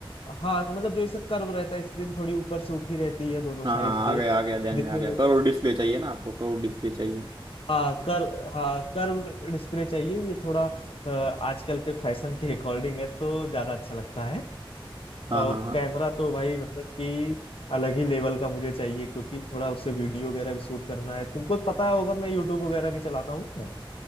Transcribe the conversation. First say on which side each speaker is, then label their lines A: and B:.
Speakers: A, on the left; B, on the right.
A: हाँ मतलब जो इसे कर्व रहता है स्क्रीन थोड़ी ऊपर से उठी रहती है दोनों साइड
B: हाँ हाँ
A: से
B: आ गया आ गया ध्यान
A: दिखने
B: में आ गया
A: में एकदम
B: करोड़ डिस्प्ले चाहिए ना आपको करोड़ डिस्प्ले चाहिए
A: हाँ कर हाँ कर्व डिस्प्ले चाहिए ये थोड़ा अ, आजकल के फैशन के अकॉर्डिंग है तो ज्यादा अच्छा लगता है
B: हाँ
A: और
B: हाँ हाँ
A: कैमरा तो भाई मतलब कि अलग ही लेवल का मुझे चाहिए क्योंकि थोड़ा उससे वीडियो वगैरह भी शूट करना है तुमको पता होगा मैं यूट्यूब वगैरह भी चलाता हूँ